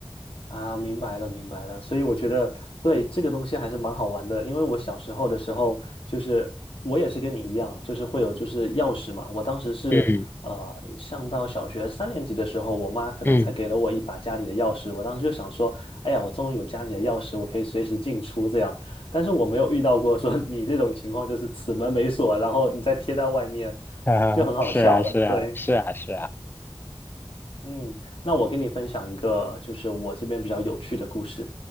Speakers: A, on the left; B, on the left.
A: 啊，明白了，明白了。所以我觉得对这个东西还是蛮好玩的，因为我小时候的时候，就是我也是跟你一样，就是会有就是钥匙嘛。我当时是呃上到小学三年级的时候，
B: 嗯
A: 我妈可能才给了我一把家里的钥匙。
B: 嗯
A: 我当时就想说，哎呀，我终于有家里的钥匙，我可以随时进出这样。但是我没有遇到过说 <laughs> 你这种情况，就是此门没锁，然后你再贴在外面，
B: 啊，
A: 就很好笑了。
B: 是啊是啊是啊是啊，
A: 对。嗯，那我跟你分享一个，就是我这边比较有趣的故事。